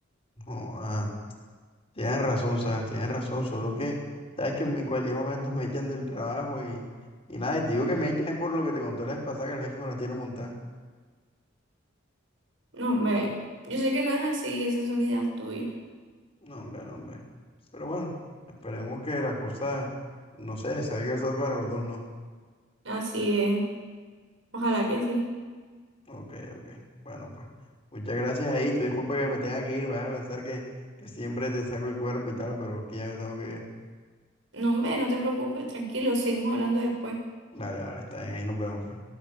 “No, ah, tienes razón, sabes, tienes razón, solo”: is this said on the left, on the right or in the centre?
Left